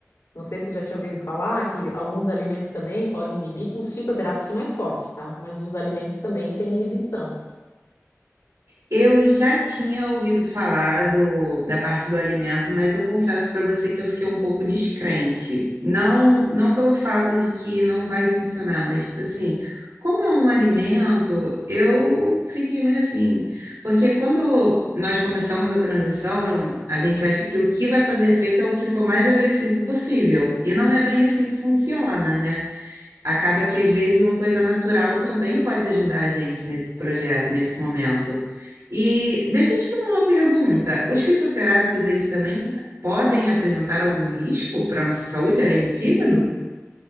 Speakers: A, on the left; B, on the right.
A: Não sei se você já tinha ouvido falar que alguns alimentos também podem inibir. Os fitoterápicos são mais fortes, tá? Mas os alimentos também têm inibição.
B: Eu já tinha ouvido falar do, da parte do alimento, mas eu confesso para você que eu fiquei um pouco descrente. Não, não pelo fato de que não vai funcionar, mas tipo assim, como é um alimento, eu fiquei meio assim, porque quando nós começamos a transição, a gente acha que o que vai fazer efeito é o que for mais agressivo possível, e não é bem assim que funciona, né? acaba que às vezes uma coisa natural também pode ajudar a gente nesse projeto, nesse momento. E deixa eu te fazer uma pergunta. Os fitoterápicos, eles também podem apresentar algum risco para a nossa saúde, além do fígado?